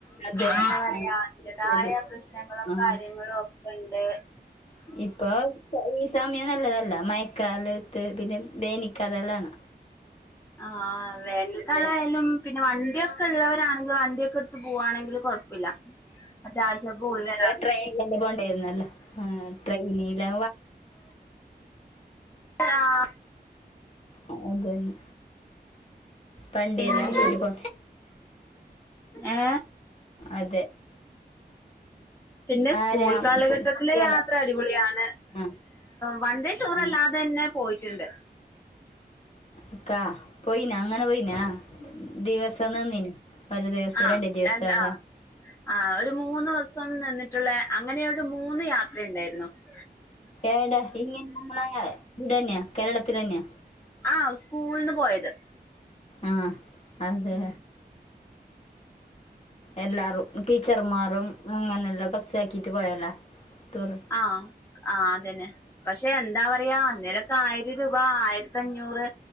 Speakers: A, on the left (about 40°); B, on the left (about 15°).
A: അതെ
B: എന്താ പറയാ
A: ആ
B: അതിന്റെതായ
A: ശരി
B: പ്രശ്നങ്ങളും
A: ആ
B: കാര്യങ്ങളും ഒക്കെണ്ട്
A: ഇപ്പൊ ഈ സമയം നല്ലതല്ല മയക്കാലത്ത് പിന്നെ വേനിക്കാല എല്ലാണ്
B: ആഹ് വേനൽക്കാല
A: അതെ
B: ആയാലും പിന്നെ വണ്ടിയൊ വണ്ടി ഉള്ളവരാണെങ്കിൽ വണ്ടിയൊക്കെ എടുത്ത് പോവാണെങ്കിൽ കുഴപ്പമില്ല അത്യാവശ്യ പോയി വരാ
A: ട്രെയിനിൽ തന്നെ പോകേണ്ടായിരുന്നല്ലോ ട്രെയിനില്
B: ആഹ്‌
A: ആ അതന്നെ വണ്ടി
B: പിന്നെ
A: എല്ലാ ശരി പോ
B: ഏ
A: അതെ
B: പിന്നെ സ്കൂൾ
A: ആരാ
B: കാലഘട്ടത്തിലെ
A: കു- കുട്ടികളോ
B: യാത്ര അടിപൊളിയാണ്
A: ആ
B: വൺ ഡേ ടൂർ
A: ആ
B: അല്ലാത്ത തന്നെ പോയിട്ടുണ്ട്.
A: അക്കാ പോയിനാ അങ്ങനെ പോയിനാ? ദിവസം നിന്ന്ന്ഒരു ദിവസം
B: ആ
A: രണ്ടു ദിവസങ്ങളാ
B: രണ്ട് ആ ആ ഒരു മൂന്ന് ദിവസം നിന്നിട്ടുള്ള അങ്ങനെയൊരു മൂന്ന് യാത്ര ഉണ്ടായിരുന്നു <inaudible>
A: ഏടാ ഇങ്ങനെ നമ്മളെ ഇവിടെന്നെയാ കേരളത്തി തന്നെയ
B: ആഹ് സ്കൂള്ന്ന് പോയത്
A: ആഹ് അതെ
B: ഉം
A: എല്ലാവരും ടീച്ചർമാരും അങ്ങനെ എല്ലാം ബസ്സാക്കിയിട്ട് പോയല്ലേ ടൂറ്
B: ആഹ്‌ ആ അതന്നെ പക്ഷെ എന്താ പറയാ അന്നേരൊക്കെ ആയിരം രൂപ ആയിരത്തി അഞ്ഞൂറ്